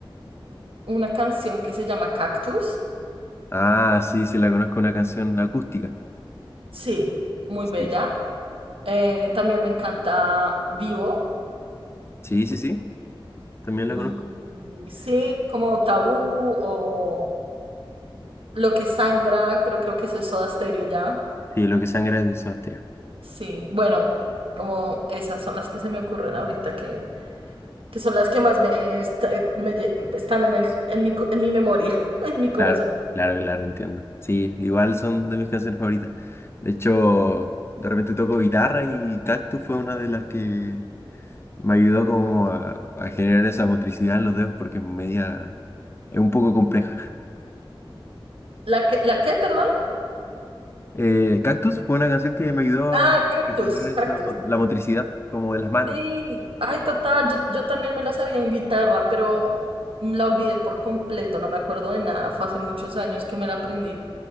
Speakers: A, on the right; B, on the left.
A: una canción que se llama Cactus.
B: Ah, sí, sí, la conozco, una canción acústica.
A: Sí, muy
B: Sí,
A: bella. Eh, también me encanta Vivo.
B: sí, sí, sí, también
A: Y
B: la conozco.
A: sí, como Tabú o Lo que sangra, pero creo que eso es Soda Stereo ya.
B: Sí, Lo que sangra es de Soda Stereo.
A: Sí, bueno, como esas son las que se me ocurren ahorita que que son las que más me, esta- me lle- están en, el- en mi, co- en mi memoria, <laughs> en mi corazón.
B: Claro, claro, claro, entiendo. Sí, igual son de mis canciones favoritas. De hecho, de repente toco guitarra y Cactus fue una de las que me ayudó como a, a generar esa motricidad en los dedos porque es media, es un poco compleja.
A: ¿La que, la qué, perdón?
B: Eh, Cactus fue una canción que me ayudó
A: Ah,
B: a
A: cactus,
B: a generar
A: cactus.
B: esa mo- la motricidad como de las manos.
A: Sí, ay, total, yo, yo también me la sabía en guitarra, pero la olvidé por completo, no me acuerdo de nada, fue hace muchos años que me la aprendí.